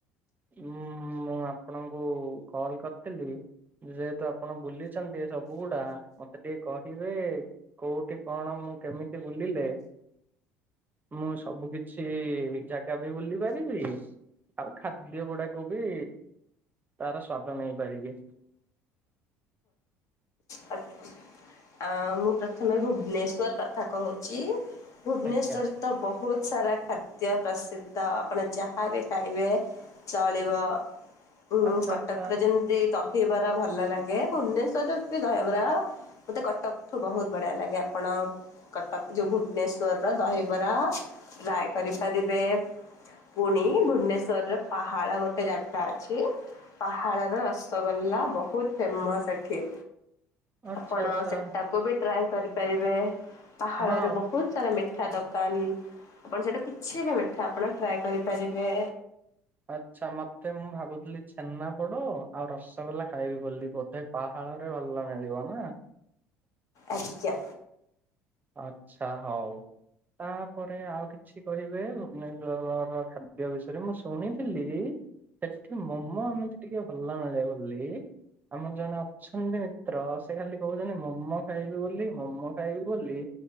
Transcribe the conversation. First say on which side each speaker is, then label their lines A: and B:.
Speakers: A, on the right (about 25°); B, on the left (about 50°).
A: ଉଁ ମୁଁ ଆପଣଙ୍କୁ କଲ୍ କରିଥିଲି କି? ଯେହେତୁ ଆପଣ ବୁଲିଚନ୍ତି ସବୁ ଗୁଡା ମତେ ଟିକେ କହିବେ କୋଉଠି କଣ ମୁଁ କେମିତି ବୁଲିଲେ ମୁଁ ସବୁ କିଛି ଛି ଜାଗା ବି ବୁଲି ପାରିବି ଆଉ ଖାଦ୍ୟ ଗୁଡାକୁ ବି ତାର ସ୍ଵାଦ ନେଇପାରିବି।
B: ଆଜ୍ଞା। ଆ ମୁଁ ପ୍ରଥମେ ଭୁବନେଶ୍ଵର କଥା କହୁଛି ଭୁବନେଶ୍ଵର
A: ଆଜ୍ଞା
B: ତ ବହୁତ ସାରା ଖାଦ୍ୟ ପ୍ରସିଦ୍ଧ ଆପଣ ଯାହା ବି ଖାଇବେ ଚାଳିବ। ଉୁଁ
A: ଆଚ୍ଛା
B: କଟକ
A: ଆଚ୍ଛା
B: ରେ ଯେମତି ଦହିବରା ଭଲ ଲାଗେ ଭୁବନେଶ୍ଵରରେ ବି ଦହିବରା ମତେ କଟକଠୁ ବହୁତ ବଢିଆ ଲାଗେ ଆପଣ କଟକ ଯୋଉ ଭୁବନେଶ୍ଵରର ଦହିବରା ଟ୍ରାଏ କରିପାରିବେ? ପୁଣି ଭୁବନେଶ୍ୱରର ପାହାଳ ଗୋଟେ ଜାଗା ଗା ଅଛି ପାହାଡର ରସଗୋ୍ଲା ବହୁତ ଫେମସ ଏଠି।
A: ଆଚ୍ଛା
B: ଆପଣ
A: ଆଚ୍ଛା
B: ସେଟାକୁ ବି ଟ୍ରାଏ କରିପାରିବେ ପାହାଳରେ
A: ହଁ
B: ବହୁତ ସାରା ମିଠା ଦୋକା କାନ ଆପଣ ସେଟା କିଛି ବି ମିଠା ଆପଣ ଟ୍ରାଏ କରିପାରିବେ?
A: ଆଚ୍ଛା ମତେ ମୁଁ ଭାବୁଥିଲି ଛେନା ପୋଡ ଆଉ ରସଗୋଲା ଖାଇବି ବୋଲି ବୋଧେ ପାହାଡ ରେ ଭଲ ମିଳିବ ନା।
B: ଆଜ୍ଞା।
A: ଆଚ୍ଛା ହଉ ତାପରେ ଆଉ କିଛି କହିବେ ହେବ? ଭୁବନେଶ୍ଵରର ଖାଦ୍ୟ ବିଷୟରେ ମୁଁ ଶୁଣିଥିଲି ସେଠି ମୋମୋ ମୋମୋ ଏମିତି ଟିକେ ଭଲ <unintelligible> ଭଲ ଲାଗେ। ଆମର ଜଣେ ଅଛନ୍ତି ମିତ୍ର ସେ ଖାଲି କହୁଛନ୍ତି ମୋମୋ ଖାଇବି ବୋଲି ମୋମୋ ଖାଇବି ବୋଲି।